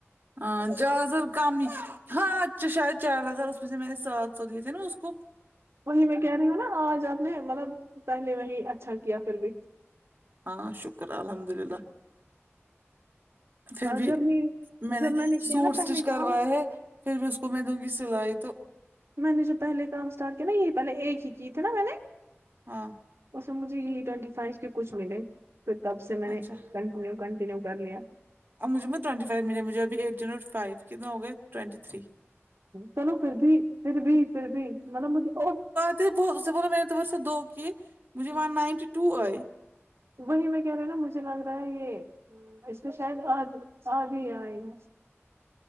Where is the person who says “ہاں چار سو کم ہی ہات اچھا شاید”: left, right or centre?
Right